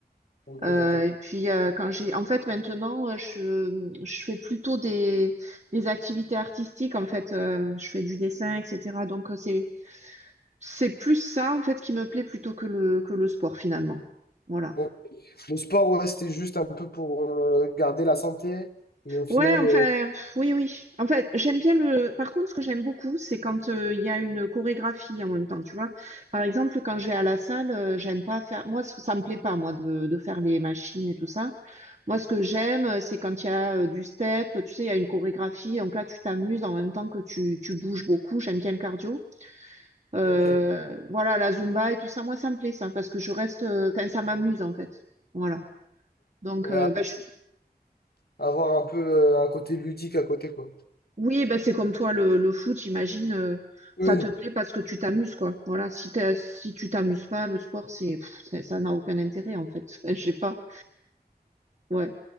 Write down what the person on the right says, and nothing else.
Euh,
et puis, euh, quand j'ai, en fait, maintenant, euh, je, je fais plutôt des, des activités artistiques. En fait, euh, je fais du dessin, etc. Donc, euh, c'est, c'est plus ça, en fait, qui me plaît plutôt que le, que le sport, finalement. Voilà.
Ouais, enfin,
pff, oui, oui. En fait, j'aime bien le. Par contre, ce que j'aime beaucoup, c'est quand euh, il y a une chorégraphie en même temps, tu vois. Par exemple, quand je vais à la salle, euh, j'aime pas faire. Moi, ce que ça me plaît pas, moi, de, de faire les machines et tout ça. Moi, ce que j'aime, euh, c'est quand il y a euh, du step, tu sais, il y a une chorégraphie. Donc là, tu t'amuses en même temps que tu, tu bouges beaucoup. J'aime bien le cardio. Euh,
voilà, la Zumba et tout ça, moi, ça me plaît, ça, parce que je reste. euh, Enfin, ça m'amuse, en fait. Voilà. Donc,
euh, ben, je
Oui, ben c'est comme toi, le, le foot, j'imagine, euh,
ça te plaît parce que tu t'amuses, quoi. Voilà, si t'as- si tu t'amuses pas, le sport, c'est, pff, c'est- ça n'a aucun intérêt, en fait. <laughs> Je sais pas. Ouais.